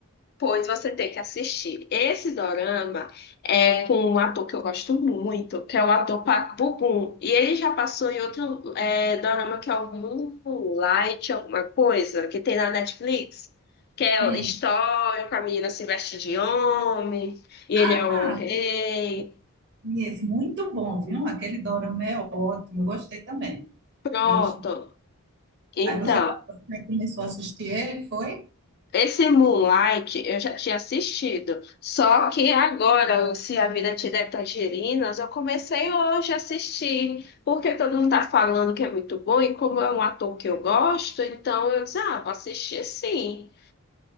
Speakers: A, on the left; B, on the right.
A: Pois você tem que assistir. Esse dorama é com um ator que eu gosto muito, que é o ator Park Bo-gum. E ele já passou em outro é, dorama que é o Moonlight, alguma coisa, que tem na Netflix, que é
B: Sim.
A: histórico, a menina se veste de homem, e ele
B: Ah,
A: é o rei.
B: e esse muito bom, viu? Aquele dorama é ótimo. Eu gostei também.
A: Pronto.
B: Eu gostei.
A: Então,
B: Aí você fa- você começou a assistir ele, foi?
A: Esse Moonlight eu já tinha assistido, só que agora, o Se a Vida Te Der Tangerinas, eu comecei hoje a assistir, porque todo mundo tá falando que é muito bom, e como é um ator que eu gosto, então eu disse, ah, vou assistir sim.